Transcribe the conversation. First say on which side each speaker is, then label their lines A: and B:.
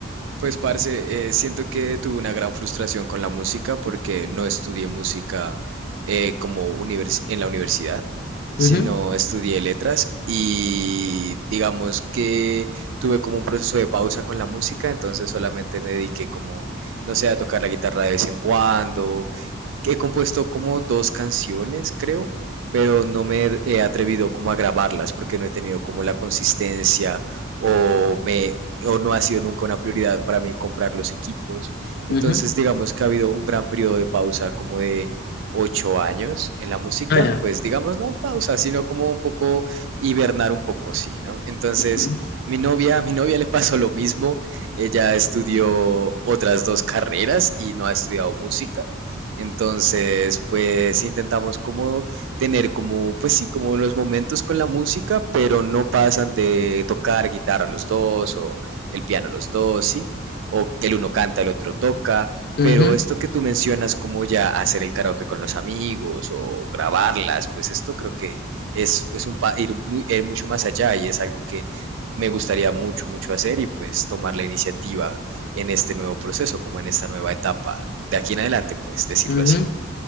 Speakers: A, on the right (about 70°); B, on the left (about 50°).
A: Pues, parce, eh, siento que tuve una gran frustración con la música porque no estudié música eh, como univers- en la universidad, sino
B: Ujú,
A: estudié letras y digamos que tuve como un proceso de pausa con la música, entonces solamente me dediqué como, no sé, a tocar la guitarra de vez en cuando, he compuesto como dos canciones, creo, pero no me he atrevido como a grabarlas porque no he tenido como la consistencia o me o no ha sido nunca una prioridad para mí comprar los equipos. Entonces,
B: ujú, ujú.
A: digamos que ha habido un gran periodo de pausa como de ocho años en la música,
B: Ah, ya.
A: pues digamos no pausa, sino como un poco hibernar un poco, sí, ¿no? Entonces,
B: Ujú,
A: mi novia, a mi novia le pasó lo mismo, ella estudió otras dos carreras y no ha estudiado música, entonces, pues intentamos como tener como, pues sí, como los momentos con la música, pero no pasan de tocar guitarra los dos o el piano los dos, sí, o que el uno canta, el otro toca,
B: ujú,
A: pero esto que tú mencionas como ya hacer el karaoke con los amigos o grabarlas, pues esto creo que es, es un pa- ir, muy- ir mucho más allá y es algo que me gustaría mucho, mucho hacer y pues tomar la iniciativa en este nuevo proceso, como en esta nueva etapa. De aquí en adelante, pues decirlo
B: ujú.
A: así.